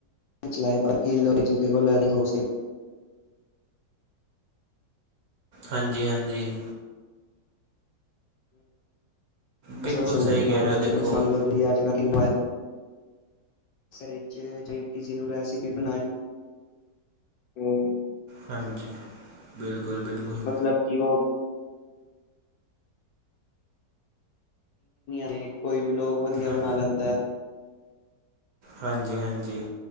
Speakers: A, on the left; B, on the right.
A: <unintelligible>
B: ਹਾਂਜੀ, ਹਾਂਜੀ। ਬਿਲਕੁਲ
A: ਸੋਮ਼ਨ,
B: ਸਹੀ ਕਹਿ
A: ਹਾਂ
B: ਰਹੇ ਹੋ
A: ਜਿਵੇਂ
B: ਦੇਖੋ
A: ਸੋਣ ਲੋ ਤੂਸੀ ਆਜ ਕਾਲ ਕਿਨੀ ਵਾਰ ਸਰ ਇਚ ਜੇ ਕਿਸੇ ਨੂੰ ਰੈਸਪੀ ਬਨਾਨੀ ਏ
B: ਹਾਂਜੀ ਬਿਲਕੁਲ, ਬਿਲਕੁਲ।
A: ਮਤਲਬ ਕਿ ਓਹ ਕੇਕ ਕੋਈ ਵੀ ਲੋਗ ਵਦੀਆ
B: ਹਾਂ
A: ਬਣਾ ਲੈਂਦੇ
B: ਹਾਂਜੀ, ਹਾਂਜੀ।